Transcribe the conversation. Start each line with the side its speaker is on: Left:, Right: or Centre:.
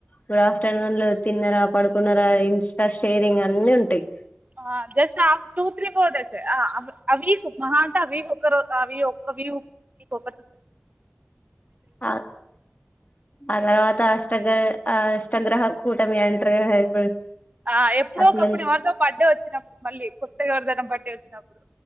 Left: గుడ్ ఆఫ్టర్నూన్లు, తిన్నరా, పడుకున్నరా ఇన్స్టా షేరింగ్ అన్ని ఉంటయి.
Right: ఆ జస్ట్ ఆ టూ త్రీ ఫోర్ డేసే ఆ ఆ వీకు మహా అంటే ఆ వీకు ఒక్క రోజు అవి ఒక్క వి కు ఒక్క <inaudible>
Left: ఆ ఆ తర్వాత అష్టగా ఆ అష్టగ్రహ కూటమి అంటరు కదా ఇప్పుడు
Right: ఆ ఎప్పుడో
Left: అట్లా
Right: ఒకప్పుడు ఎవరిదో బర్త్డే వచ్చినప్పుడు మళ్ళీ కొత్తగా ఎవరిదైనా బర్డే వచ్చినప్పుడు.